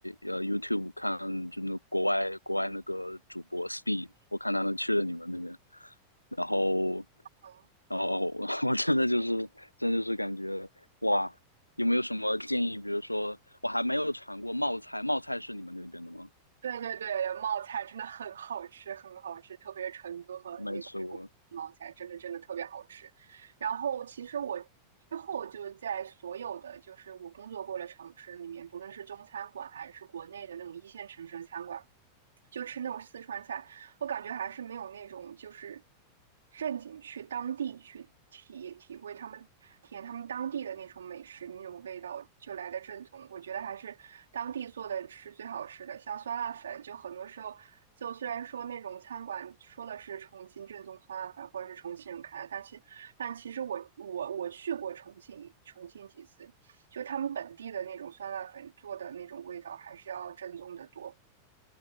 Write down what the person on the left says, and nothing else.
呃 YouTube 看，就那国外国外那个主播 Speed，我看他们去了你们那边，然后
然后我 <laughs> 我真的就是真的就是感觉哇，有没有什么建议？比如说我还没有尝过冒菜，冒菜是你们那边的吗？
没吃过。